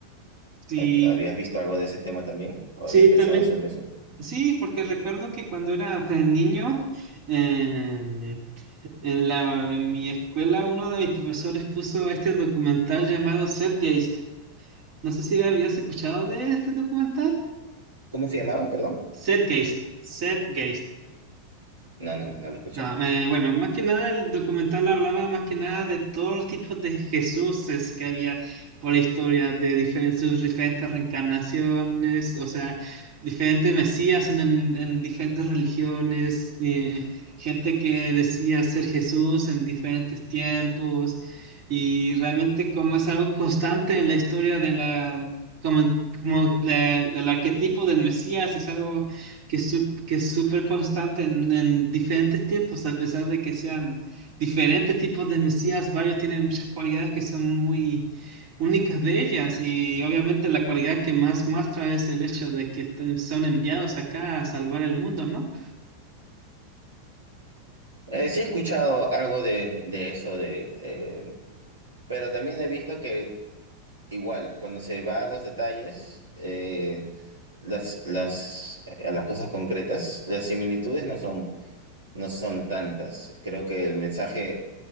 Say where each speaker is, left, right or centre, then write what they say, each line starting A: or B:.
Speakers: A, on the right; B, on the right.
A: sí,
B: Eh, ¿Habías visto algo de ese tema también? ¿O habías
A: sí,
B: pensado
A: también.
B: sobre eso?
A: Sí, porque recuerdo que cuando era <laughs> niño, eh, en la, en mi escuela uno de mis profesores puso este documental llamado Setgeist. No sé si habías escuchado de este documental.
B: ¿Cómo se llamaba? Perdón.
A: Setgeist, Setgeist.
B: No, no, no lo escuchaba.
A: No, eh, bueno, más que nada el documental hablaba más que nada de todos los tipos de Jesuses que había por la historia, de dife- sus diferentes reencarnaciones, o sea, diferentes mesías en, el- en diferentes religiones, eh, gente que decía ser Jesús en diferentes tiempos, y realmente como es algo constante en la historia de la, como, como la- el arquetipo del mesías, es algo que, su- que es súper constante en, en diferentes tiempos, a pesar de que sean diferentes tipos de Mesías, varios tienen muchas cualidades que son muy únicas de ellas y obviamente la cualidad que más muestra es el hecho de que te- son enviados acá a salvar el mundo, ¿no?
B: Eh, sí he escuchado algo de, de eso, de, eh, pero también he visto que Igual, cuando se va a los detalles, eh, las, las, eh, a las cosas concretas, las similitudes no son, no son tantas. Creo que el mensaje